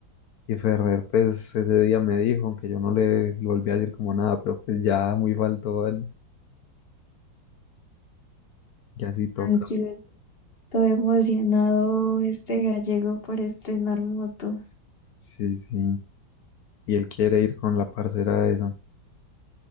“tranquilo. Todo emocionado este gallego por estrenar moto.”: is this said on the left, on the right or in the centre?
Left